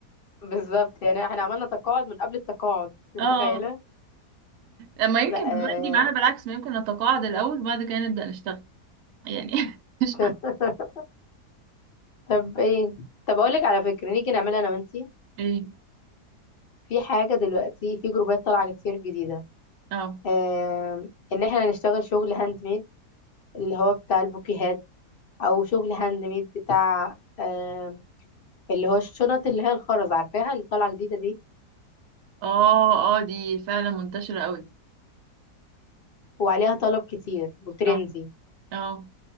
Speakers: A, on the left; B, on the right.
A: بالظبط يعني احنا عملنا تقاعد من قبل التقاعد انت
B: اه
A: متخيلة
B: ما يمكن
A: لا
B: الموضوع
A: آه.
B: يجي معانا بالعكس ما يمكن نتقاعد الأول وبعد كده نبدأ نشتغل يعني <laughs> مش عارفة.
A: <laughs> طب ايه طب اقولك على فكرة نيجي نعملها انا وانتي
B: ايه
A: في حاجة دلوقتي في جروبات طالعة كتير جديدة
B: اه
A: آه. ان احنا نشتغل شغل هاند ميد اللي هو بتاع البوكيهات او شغل هاند ميد بتاع آه، اللي هو الشنط اللي هي الخرز عارفاها اللي طالعه جديده دي
B: اه اه دي فعلا منتشرة قوي
A: وعليها طلب كتير وترندي
B: اه اه